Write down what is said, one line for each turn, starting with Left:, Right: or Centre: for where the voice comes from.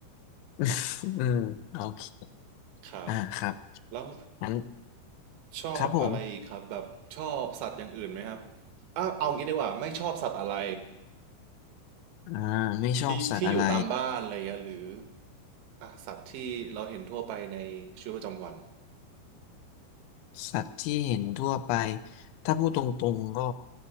Left: <laughs> อืมโอเค
Right: ครับ
Left: อ่าครับ
Right: แล้ว
Left: งั้น
Right: ชอบอะไรอีกครับแบบชอบสัตว์อย่างอื่นไหมครับ
Left: ครับผม
Right: อ่ะเอางี้ดีกว่าไม่ชอบสัตว์อะไร
Left: อ่าไม่ชอบสัตว์อะไร
Right: ที่ที่อยู่ตามบ้านอะไรเงี้ยหรืออ่ะสัตว์ที่เราเห็นทั่วไปในชีวิตประจำวัน
Left: สัตว์ที่เห็นทั่วไปถ้าพูดตรงๆก็